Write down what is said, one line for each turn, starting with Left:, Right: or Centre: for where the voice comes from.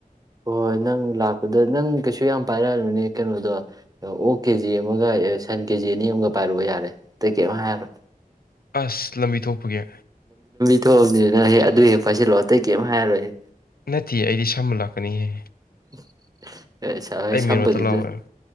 Right: ꯍꯣꯏ ꯍꯣꯏ ꯅꯪ ꯂꯥꯛꯄꯗ ꯅꯪ ꯀꯩꯁꯨ ꯌꯥꯝ ꯄꯥꯏꯔꯛꯑꯅꯅꯦ ꯀꯩꯅꯣꯗꯣ ꯑꯣꯛ ꯀꯦꯖꯤ ꯑꯃꯒ ꯁꯟ ꯀꯦꯖꯤ ꯑꯅꯤ ꯑꯃꯒ ꯄꯥꯏꯔꯛꯑꯣ ꯌꯥꯔꯦ ꯇꯩꯀꯦ ꯑꯃ ꯍꯥꯏꯔꯣ
Left: ꯑꯁ ꯂꯝꯕꯤ ꯊꯣꯛꯄꯒꯦ
Right: ꯄꯤꯊꯑꯕꯅꯤꯅ ꯍꯦꯛ ꯑꯗꯨ ꯍꯦꯛ ꯄꯥꯏꯁꯤꯜꯂꯣ ꯑꯇꯩ ꯀꯩꯝ ꯍꯥꯏꯔꯣꯏꯍꯦ
Left: ꯅꯠꯇꯦ ꯑꯩꯗꯤ ꯁꯅ ꯂꯥꯛꯀꯅꯤꯍꯦ
Right: <unintelligible> ꯑꯦ ꯑꯩꯣꯏ
Left: ꯑꯩ
Right: ꯁꯝꯕꯗꯨꯗ
Left: ꯃꯦꯟ ꯔꯣꯠꯇ ꯂꯥꯛꯑꯣ ꯍꯥꯏꯕ